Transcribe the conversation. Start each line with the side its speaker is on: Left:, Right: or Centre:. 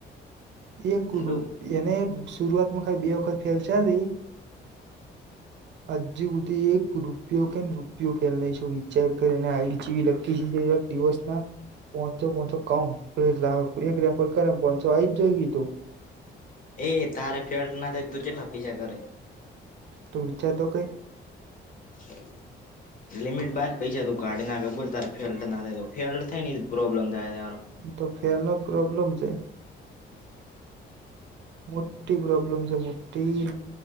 Right: એક
Left: તું
Right: એને શરૂઆતમાં ખલી બે વખત ફેલ છે રઈ. આજ સુધી એક રૂપિયો કેન રૂપિયો ફેલાનાઈ છે વિચાર કરે અને આજી વિલખ દિવસ ના પસોસો કમ પ લાખ એક રેફર કરેચસો આ જ જોઈ ગય તુ
Left: એ તારે ફેટ ના થાય તું જેટપી છે, ઘરે
Right: તો વિચારતો કે
Left: <inaudible> લિમિટ બાર પૈસા તું કાઢ નાખે બોલ ત ફેલ્ટ ના થાય તો ફેલ થાય ને પ્રોબ્લેમ થાય તારુ
Right: તો ફેરનો પ્રોબ્લેમ છે. મોટી પ્રોબ્લેમ છે, મોટી